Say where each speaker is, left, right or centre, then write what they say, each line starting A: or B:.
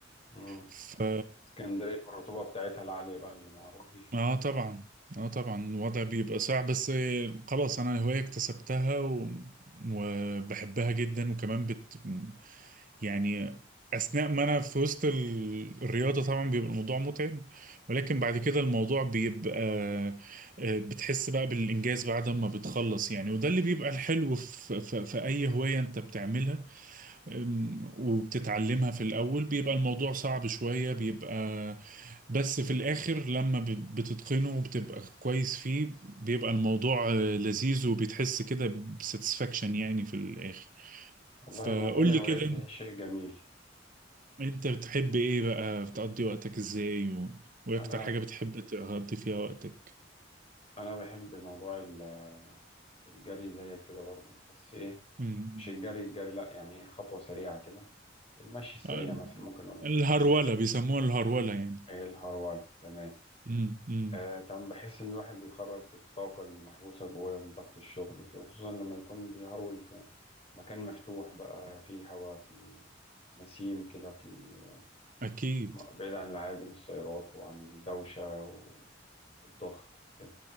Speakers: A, on the left; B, on the right.
A: مم.
B: ف
A: اسكندرية والرطوبة بتاعتها العالية بقى اللي معروف بيها
B: اه طبعا اه طبعا الوضع بيبقى صعب بس خلاص انا هواية اكتسبتها و... وبحبها جدا وكمان بت يعني اثناء ما انا في وسط ال- الرياضة طبعا بيبقى الموضوع متعب ولكن بعد كده الموضوع بيبقى آه، بتحس بقى بالانجاز بعد ما بتخلص يعني وده اللي بيبقى الحلو في, في, في اي هواية انت بتعملها أم، وبتتعلمها في الأول بيبقى الموضوع صعب شوية بيبقى بس في الآخر لما ب- بتتقنه وبتبقى كويس فيه بيبقى الموضوع آه، لذيذ وبتحس كده بساتسفاكشن يعني في الآخر
A: والله
B: فقول
A: موضوع الهوايات
B: لي كده
A: دي شيء جميل
B: انت بتحب ايه بقى بتقضي وقتك ازاي و... وايه
A: أنا
B: اكتر حاجة بتحب تقضي فيها وقتك
A: أنا بحب موضوع ال- الجري زيك كده برضو بس إيه
B: مم.
A: مش الجري الجري لأ يعني إيه خطوة سريعة كده المشي السريع
B: آه،
A: مثلا ممكن نقول المشي
B: الهرولة
A: السريع
B: بيسموها الهرولة يعني
A: إيه الهرولة تمام
B: مم. مم.
A: آه تمام بحس إن الواحد بيخرج الطاقة المحبوسة جواه من ضغط الشغل وكده وخصوصا لما يكون بيهرول في مكان مفتوح بقى فيه هواء فيه نسيم كده فيه
B: اكيد
A: بعيد عن العادي من السيارات وعن الدوشة و- والضغط كده